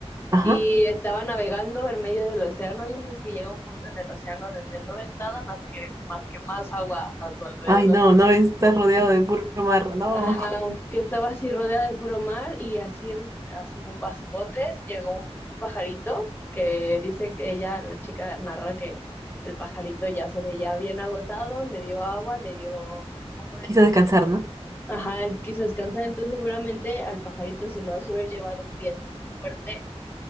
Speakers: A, on the right (about 30°); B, on the left (about 20°).
A: ajá.
B: Y estaba navegando en medio del océano, ya sabes que llega un punto en el océano donde no ves nada más que, más que más agua a tu alrededor.
A: Ay, no, no está rodeado de puro mar. No.
B: Ajá, que estaba así rodeada de puro mar y así en- a su, a su botes llegó un, un pajarito que dice que ella, la chica narra que el pajarito ya se veía bien agotado, le dio agua, le dio un poco
A: <laughs>
B: de
A: Quiso
B: comida.
A: descansar, ¿no?
B: Ajá, él quiso descansar, entonces seguramente al pajarito se lo ha de haber llevado un viento muy fuerte